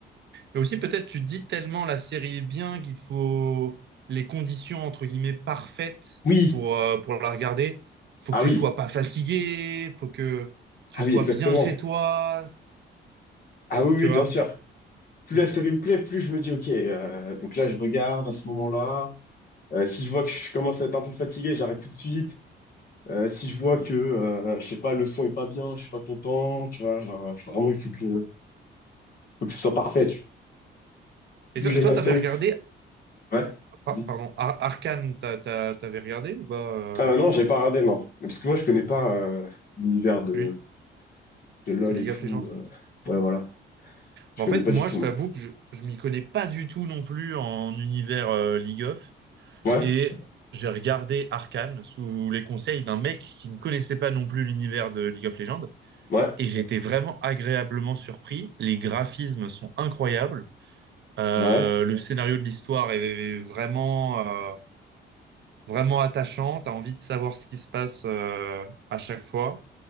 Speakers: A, on the right; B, on the left.
A: Et aussi, peut-être, tu dis tellement la série est bien qu'il faut les conditions, entre guillemets, parfaites
B: Oui!
A: pour, euh, pour la regarder. Faut
B: Ah
A: que tu
B: oui!
A: sois pas fatigué, faut que tu
B: Ah
A: sois
B: oui, exactement!
A: bien chez toi,
B: Ah oui,
A: tu
B: oui,
A: vois.
B: bien sûr! Plus
A: Mm.
B: la série me plaît, plus je me dis, ok, euh, donc là, je regarde à ce moment-là. Euh, si je vois que je commence à être un peu fatigué, j'arrête tout de suite. Euh, si je vois que, euh, je sais pas, le son est pas bien, je suis pas content, tu vois, genre, euh, faut- vraiment, il faut que, faut que ce soit parfait. tu- Plus
A: Et toi,
B: j'aime
A: toi,
B: la
A: t'avais
B: série.
A: regardé,
B: plus- Ouais,
A: par-
B: vas-y.
A: pardon, Ar- Arcane, t'as- t'as- t'avais regardé ou pas, euh,
B: Euh, non, j'avais pas regardé, non. Mais Parce que moi, je connais pas euh, l'univers de,
A: lui,
B: de LoL
A: de League
B: et tout.
A: of Legends?
B: euh. Ouais, voilà. Je
A: Bah,
B: connais
A: en fait,
B: pas
A: moi,
B: du tout,
A: je
B: moi.
A: t'avoue que je, je m'y connais pas du tout non plus en univers euh, League of.
B: Ouais,
A: Et j'ai regardé Arcane sous les conseils d'un mec qui ne connaissait pas non plus l'univers de League of Legends.
B: ouais,
A: Et j'ai été vraiment agréablement surpris. Les graphismes sont incroyables. Euh,
B: ouais,
A: le scénario de l'histoire est vraiment, euh, vraiment attachant. Tu as envie de savoir ce qui se passe euh, à chaque fois.